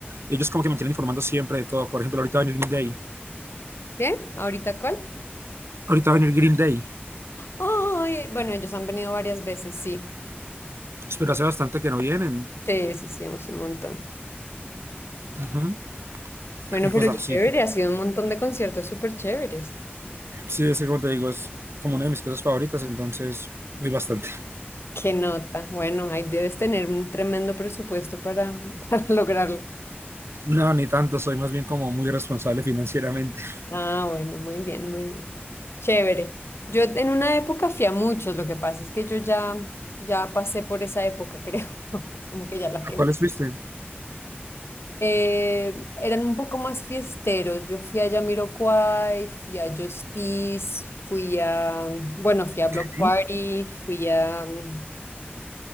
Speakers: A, on the right; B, on the left.
A: Ellos como que me tienen informando siempre de todo. Por ejemplo, ahorita va a venir Green Day.
B: ¿Qué? ¿Ahorita cuál?
A: Ahorita va a venir Green Day.
B: Ay, bueno, ellos han venido varias veces, sí.
A: Pero hace bastante que no vienen.
B: Sí, sí, sí, hemos ido un montón.
A: Ujú.
B: Bueno,
A: Y pues
B: pero
A: así.
B: chévere, ha sido un montón de conciertos súper chéveres.
A: Sí, es que como te digo, es como una de mis cosas favoritas, entonces voy bastante.
B: Qué nota. Bueno, ahí debes tener un tremendo presupuesto para, <laughs> para lograrlo.
A: No, ni tanto, soy más bien como muy responsable financieramente.
B: Ah, bueno, muy bien, muy bien. Chévere. Yo en una época fui a muchos, lo que pasa es que yo ya, ya pasé por esa época, creo. <laughs> Como que ya la que
A: ¿A cuáles fuiste?
B: Eh, eran un poco más fiesteros. Yo fui a Jamiroquai, fui a Justice, fui a, bueno, fui a Block
A: Sí.
B: Party, fui a, mm,